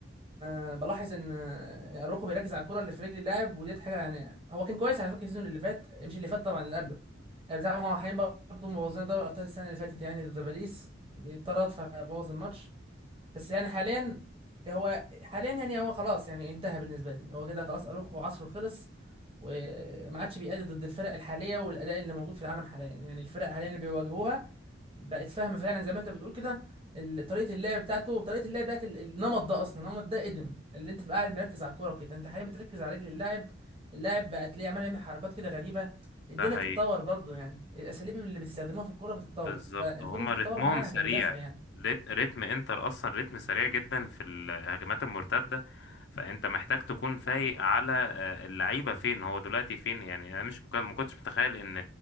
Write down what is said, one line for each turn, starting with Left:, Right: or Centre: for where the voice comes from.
Right: أه بلاحظ ان آه، اروخو بيركز على الكره اللي في رجل اللاعب وديت حاجه يعني هو كان كويس على فكره السيزون اللي فات مش اللي فات طبعا اللي قبله يعني بتاع هو حاليا برضه مبوظين دوري ابطال السنه اللي فاتت يعني ضد باريس اتطرد فبوظ الماتش بس يعني حاليا هو حاليا يعني هو خلاص يعني انتهى بالنسبه لي هو كده خلاص اروخو عصره خلص وما عادش بيأدي ضد الفرق الحاليه والاداء اللي موجود في العالم حاليا يعني الفرق حاليا اللي بيواجهوها بقت فاهمه فعلا زي ما انت بتقول كده ال- طريقه اللعب بتاعته وطريقه اللعب بتاعت ال- النمط ده اصلا النمط ده قدم اللي انت تبقى قاعد مركز على الكوره كده انت حاليا بتركز على رجل اللاعب اللاعب بقى تلاقيه عمال يعمل حركات كده غريبه الدنيا
Left: ده حقيقي
Right: بتتطور برضو يعني الاساليب اللي بتستخدموها في الكوره بتتطور
Left: بالظبط
Right: فالمفروض
Left: هما
Right: انت تتطور
Left: رتمهم
Right: معاها
Left: سريع
Right: كمدافع يعني
Left: لت- رتم انتر اصلا رتم سريع جدا في الهجمات المرتده فانت محتاج تكون فايق على آه، اللعيبه فين هو دلوقتي فين يعني انا مش مك- ما كنتش متخيل ان